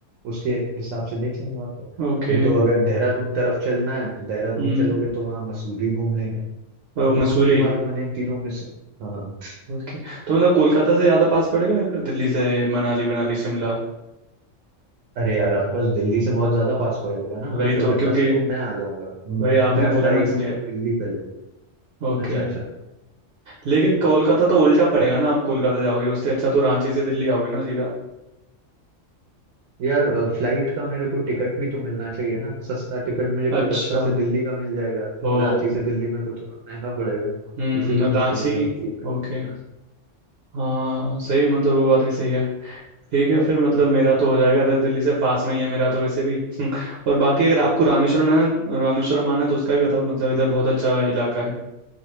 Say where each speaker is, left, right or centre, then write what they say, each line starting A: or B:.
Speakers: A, on the right (about 85°); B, on the right (about 60°).
A: उसके हिसाब से देख लेंगे और क्या
B: ओके
A: नहीं तो अगर देहरादून तरफ चलना है तो देहरादून
B: हम्म
A: चलोगे तो वहाँ मसूरी घूम लेंगे
B: ओ
A: जो
B: मसूरी
A: भी तुम्हारा मन है इन तीनों में से हाँ हाँ।
B: ओके तो मतलब कोलकाता से ज़्यादा पास पड़ेगा या फिर दिल्ली से मनाली मनाली शिमला
A: अरे यार ऑफकोर्स दिल्ली से बहुत ज्यादा पास पड़ेगा ना
B: वही
A: तो कलकत्ता
B: तो क्योंकि
A: से तो मैं आ जाऊंगा म-
B: वही आपने
A: मैं
B: बोला
A: फ्लाइट
B: ना इसलिए
A: लूंगा दिल्ली पहले
B: ओके
A: अच्छा अच्छा
B: लेकिन कोलकाता तो उल्टा पड़ेगा ना आप कोलकाता जाओगे उससे अच्छा तो रांची से दिल्ली आओगे ना सीधा
A: यार अ, फ्लाइट का मेरे को टिकट भी तो मिलना चाहिए ना सस्ता टिकट मुझे
B: अच्छा
A: कलकत्ता से दिल्ली का मिल जाएगा
B: ओ
A: रांची से दिल्ली मेरे को थोड़ा महंगा पड़ेगा
B: हम्म
A: इसीलिए मैं
B: रांची
A: सोच रहा हूँ कि कलकत्ता
B: ओके
A: से
B: हाँ सही मतलब वो बात भी सही है ठीक है फिर मतलब मेरा तो हो जाएगा इधर दिल्ली से पास में ही है मेरा तो वैसे भी <laughs> और बाकी अगर आपको रामेश्वरम आना रामेश्वरम आना है तो उसका भी बताओ मतलब इधर बहुत अच्छा इलाका है